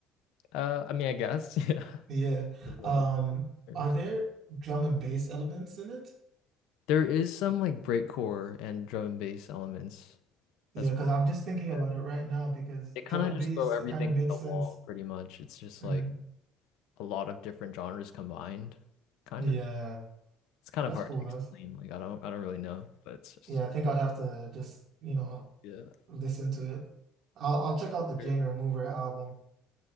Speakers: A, on the left (about 80°); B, on the right (about 50°).
A: Uh, I mean, I guess <laughs> yeah,
B: Yeah.
A: is one
B: Um,
A: of the terms.
B: are there drum and bass elements in it?
A: There is some like breakcore and drum and bass elements
B: Yeah,
A: as
B: because
A: well.
B: I'm just thinking about
A: Yeah.
B: it right now because
A: They kind
B: drum
A: of
B: and
A: just
B: bass,
A: throw everything
B: it kind of
A: at
B: makes
A: the
B: sense.
A: wall, pretty much. It's just
B: Mm,
A: like a lot of different genres combined, kind
B: yeah,
A: of. It's kind
B: that's
A: of hard
B: cool.
A: to explain.
B: That's
A: Like I don't, I don't really know, but it's just
B: yeah, I think I'd have to just, you know,
A: yeah.
B: listen to it. I'll I'll check out the Jane
A: Sure.
B: Remover album.